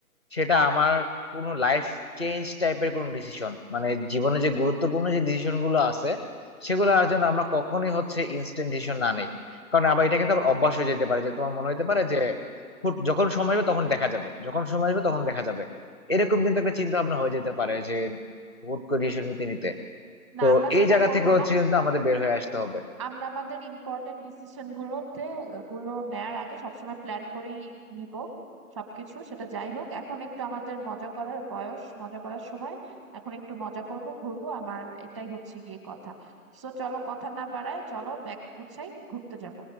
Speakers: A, on the left; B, on the right.
A: সেটা আমার কোনো লাইফ চেঞ্জ টাইপের কোনো ডিসিশন মানে জীবনে যে গুরুত্বপূর্ণ যে ডিসিশন গুলো আছে সেগুলো আর যেন আমরা কখনোই হচ্ছে ইনস্ট্যান্ট ডিসিশন না নেই কারণ আবার এটা কিন্তু আবার অভ্যাস হয়ে যেতে পারে যে তোমার মনে হতে পারে যে হুট যখন সময় হবে তখন দেখা যাবে যখন সময় আসবে তখন দেখা যাবে এরকম কিন্তু একটা চিন্তা ভাবনা হয়ে যেতে পারে যে হুট করে ডিসিশন নিতে নিতে
B: না
A: তো
B: আমরা সেটা
A: এই জায়গা
B: করব
A: থেকে হচ্ছে
B: না
A: কিন্তু আমাদের বের হয়ে আসতে হবে
B: আমরা আমাদের ইম্পর্টেন্ট ডিসিশন গুলোতে গুলো নেয়ার আগে সবসময় প্ল্যান করেই নিব সবকিছু সেটা যাই হোক এখন একটু আমাদের মজা করার বয়স মজা করার সময় এখন একটু মজা করব ঘুরবো আমার এটাই হচ্ছে গিয়ে কথা সো চলো কথা না বাড়ায় চলো ব্যাগ গুছাই ঘুরতে যাব